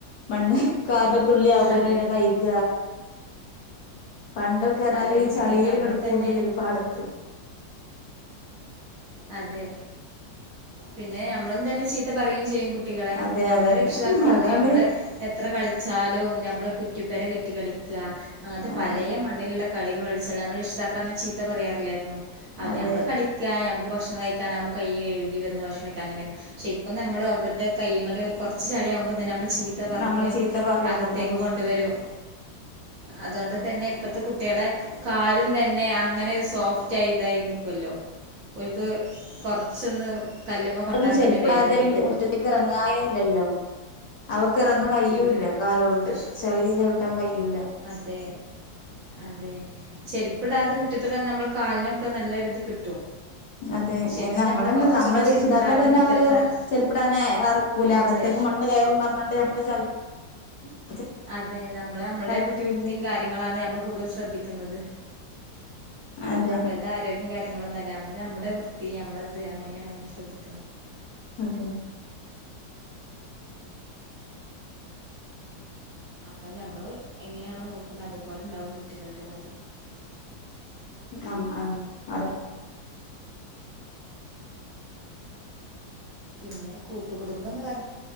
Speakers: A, on the left; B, on the right.
A: മണ്ണ് കാലേ തുള്ളി ആകുമ്പോ
B: അതെ
A: തന്നെ കഴിക്കുക പണ്ടൊക്കെ പറഞ്ഞാല്
B: അതെ
A: ഈ
B: പിന്നെ
A: ചളീൽ
B: ഞമ്മളും
A: ഇങ്ങട്ട് പൂണ്ട്
B: തന്നെ
A: വരും പാടത്ത്
B: അതെ പിന്നെ നമ്മളും തന്നെ ചീത്ത പറയുകയും ചെയ്യും കുട്ടികളെ
A: അതെ
B: ഞമ്മള്
A: അതെ
B: രക്ഷിതാക്കളൊന്ന്
A: അതാണ്
B: ഞമ്മള് എത്ര കളിച്ചാലും നമ്മളെ കുറ്റിപ്പേരെ കെട്ടിക്കളി അങ്ങനത്തെ
A: അതെ
B: പലേ മണ്ണിലുള്ള കളികൾകളിച്ചാ നമ്മള രക്ഷിതാക്കളങ്ങനെ ചീത്ത പറയാറില്ലായിരുന്നു
A: അതെ
B: ഞമ്മള് കളിക്കാ ഞമക്ക് ഭക്ഷണം കഴികാനാവുമ്പോ കൈ കഴുകി വന്ന് ഭക്ഷണം കഴിക്കാ അങ്ങനെ പക്ഷെ ഇപ്പം നമ്മള് അവരുടെ കൈയിമ്മല് കുറച്ച് ചെളിയകുമ്പോ നമ്മൾ ചീത്ത പറഞ്ഞ്
A: നമ്മളെ ചീത്ത പറയണ
B: അകത്തേക്ക്
A: അതാണ്
B: കൊണ്ടുവരും അതുകൊണ്ട് തന്നെ ഇപ്പത്തെ കുട്ടികളെ കാലും തന്നെ അങ്ങനെ സോഫ്റ്റ് ആയി ഇതായി നിക്കുവല്ലോ ഒക്ക് കൊറച്ചൊന്ന് കല്ലുമ്മ
A: ഇപ്പോന്നും
B: കൊണ്ടാ
A: ചെരുപ്പ്
B: തന്നെ വേദനായിരിക്കും
A: ഇടാതെ ഒരു മുറ്റത്തേക്ക് ഇറങ്ങാറേല്ലല്ലോ അവ- കിറന്ന് കഴിയൂല്ലാ
B: ഇല്ല
A: കാലോണ്ട്
B: പക്ഷെ
A: ചളി ചവിട്ടാൻ കഴിയൂലാ
B: അതെ അതെ ചെരിപ്പ്ഇടാതെ മുറ്റത്തുടെ നമ്മുടെ കാലിനൊക്കെ നല്ലൊരിത് കിട്ടും
A: അതെ
B: ശരിക്കും
A: അത് നമ്മള
B: ഞമ്മള്
A: തന്നെ
B: കൊറച്ചൊക്കെ
A: നമ്മളെ
B: ചെരുപ്പിടാതെ
A: രക്ഷിതാക്കൾ തന്നെ
B: മുറ്റത്ത്
A: അവരെ
B: നടക്ക
A: ചെരിപ്പിടാതെഇറക്കൂലേ
B: അതെ
A: അകത്തേക്ക് മണ് കയറും പറഞ്ഞണ്ട് നമ്മള് <unintelligible>
B: അതെ നമ്മള് നമ്മളുടെ
A: കയറ്റൂല്ല
B: വൃത്തിയും കാര്യങ്ങളാണ് നമ്മള് കൂടുതൽ ശ്രദ്ധിക്കുന്നത്
A: അതെ
B: അവരുടെ ആരോഗ്യം കാര്യങ്ങളൊന്നുംല്ല നമ്മള് നമ്മുടെ വൃത്തി നമ്മളത് അങ്ങനെയാണ് നമ്മൾ ശ്രദ്ധിക്കുന്നത്
A: അതെ
B: അപ്പൊ ഞമ്മള് എങ്ങനെയാണോ നോക്കുന്നത് അതുപോലെ ഉണ്ടാവും കുട്ടികളുടെ കാര്യം
A: ആ അ അ
B: പിന്നെ കൂട്ടുകുടുംബംന്ന് പറഞ-